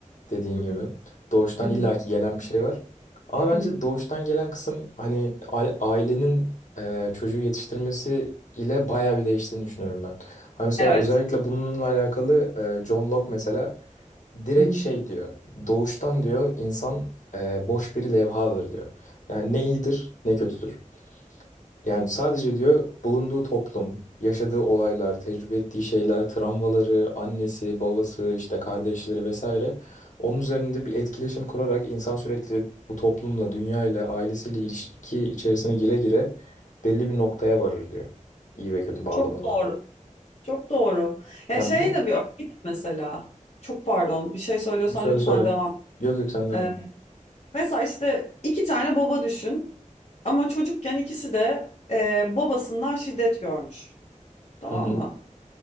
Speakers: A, on the left; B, on the left.
A: dediğin
B: hı
A: gibi.
B: hı,
A: Doğuştan
B: hı
A: illaki
B: hı,
A: gelen bir şey var. Ama bence
B: hı hı.
A: doğuştan gelen kısım hani a- ailenin e, çocuğu yetiştirmesi ile bayağı bir değiştiğini düşünüyorum ben. Hani mesela
B: Evet.
A: özellikle bununla alakalı e, John Locke mesela direkt
B: Hı hı.
A: şey diyor. Doğuştan diyor insan e, boş bir levhadır diyor. Yani ne iyidir ne kötüdür. Yani sadece diyor bulunduğu toplum, yaşadığı olaylar, tecrübe ettiği şeyler, travmaları, annesi, babası, işte kardeşleri vesaire. Onun üzerinde bir etkileşim kurarak insan sürekli bu toplumla, dünyayla, ailesiyle ilişki içerisine gire gire belli bir noktaya varır diyor. İyi ve kötü bağlamında.
B: Çok doğru. Çok doğru. Ya
A: Yani
B: şey
A: bu
B: de bir örnek mesela. Çok pardon, bir şey söylüyorsan
A: söyle
B: lütfen
A: söyle.
B: devam. et.
A: Yok yok sen deme.
B: Ee, mesela işte iki tane baba düşün. Ama çocukken ikisi de e, babasından şiddet görmüş. Tamam
A: Hı hı.
B: mı?